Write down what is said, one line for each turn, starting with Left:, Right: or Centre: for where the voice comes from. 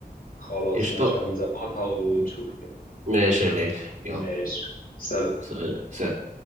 Left: خلاص
Right: قشطة
Left: ماشي هنظبطها ونشوف كده
Right: ماشي يا غالي
Left: ماشي
Right: يلا
Left: سلام
Right: سلام سلام